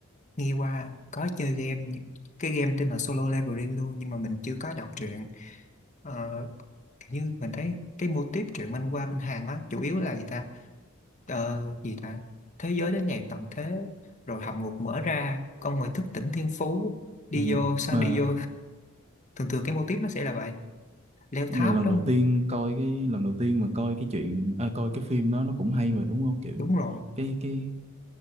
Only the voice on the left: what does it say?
nghe qua có chơi game nhưng- cái game tên là Solo Leveling luôn nhưng mà mình chưa có đọc truyện ờ, kiểu như mình thấy cái mô típ truyện manh qua bên Hàn á chủ yếu là gì ta ờ, gì ta thế giới đến ngày tận thế rồi hầm ngục mở ra con người thức tỉnh thiên phú đi
vô sao
đi vô thường thường cái mô típ nó sẽ là vậy leo
tháp
đúng
không?
đúng rồi